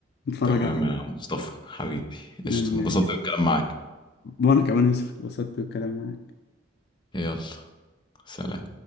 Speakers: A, on the left; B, on the left.
A: نتفرج
B: تمام
A: عليه
B: يا مصطفى حبيبي
A: تمام
B: قشطة انبسطت
A: يا يوسف.
B: بالكلام معاك
A: وانا كمان يوسف اتبسطت بالكلام معاك
B: يلا سلام